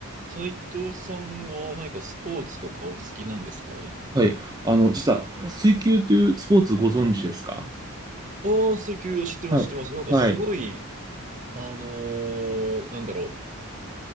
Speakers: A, on the right; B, on the right.
A: 斉藤さんは何かスポーツとかお好きなんですか
B: はい。あの、実は、水球というスポーツご存知ですか
A: ああ、水球を知ってます、
B: はい。
A: 知ってます。なんかすごい、
B: はい。
A: あのーなんだろう。